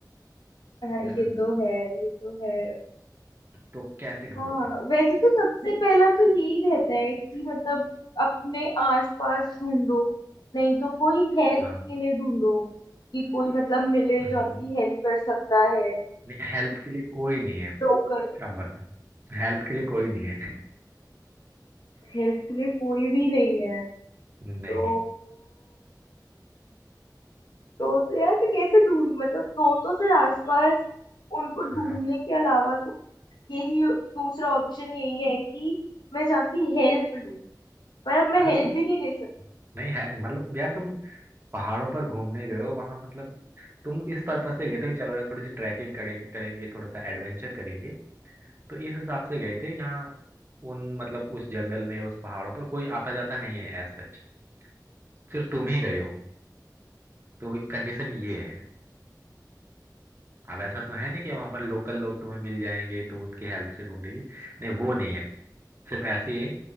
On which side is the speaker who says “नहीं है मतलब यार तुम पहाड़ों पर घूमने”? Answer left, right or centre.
Right